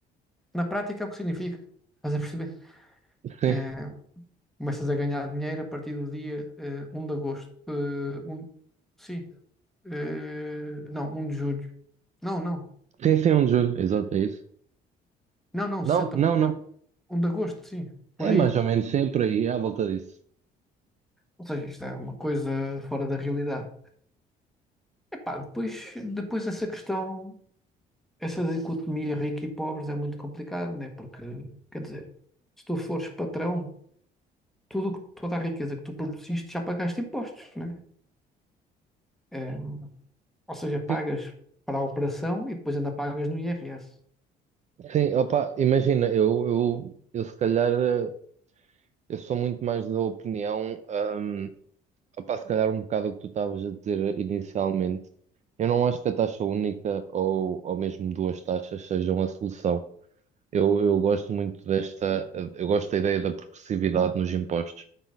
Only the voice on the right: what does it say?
sim,
sim, sim, é um juro, exato, é isso.
Não,
não,
não.
É mais ou menos sempre aí, à volta disso.
Sim,
sim, opa, imagina, eu, eu, eu se calhar, eh, eu sou muito mais da opinião, hum, opa, se calhar um bocado o que tu estavas a dizer inicialmente. Eu não acho que a taxa única ou, ou mesmo duas taxas sejam a solução. Eu, eu gosto muito desta, eu gosto da ideia da progressividade nos impostos.